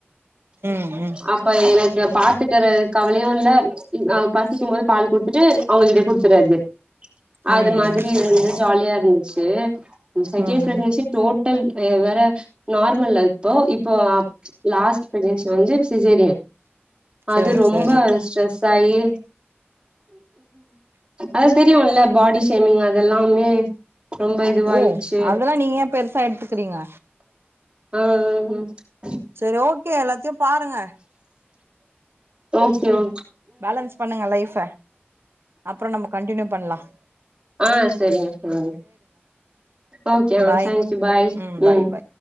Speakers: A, on the right; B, on the right.
A: ம்
B: அப்ப எனக்கு பாத் கவலையும் இல்ல பசிக்கும் போது பால் குடுத்துட்டு அவங்ககிட்யே குடுத்துறது அது
A: ம்
B: மாதிரி
A: ம்
B: இருந்து ஜாலியா இரு இருச்சு சகேண்ட்
A: ம்
B: ப்ரக்ன்ஸி டோட் டல்ல வேற நார்மல் அப்போ இப்போ லாஸ்ட் ப்ரக்ன்ஸி வந்து சிஜேரியன் அது
A: சேரி
B: ரொம்ப
A: சேரி
B: ஸ்ட்ர சாயி அத தெரியும் இல்ல பாடி ஷேமிங் அதெல்லாமே ரொம்ப இதுவாயிச்சு
A: ஓ அதெல்லாம் நீங்க ஏன் பெருசா எடுத்துக்கிறீங்க
B: ஹ ஹ ம்
A: சரி ஓகே எல்லாத்தையும் பாருங்க
B: ஓகே ஓ
A: பேலன்ஸ் பண்ணுங்க லைஃப அப்புறம் நம்ம கண்டினியூ பண்லாம்
B: ஆஹ் சரிங்க தோழி ஓகே அஹ்
A: பாய்
B: தேங்க்யூ பாய்
A: ம்
B: உம்
A: பாய் பாய்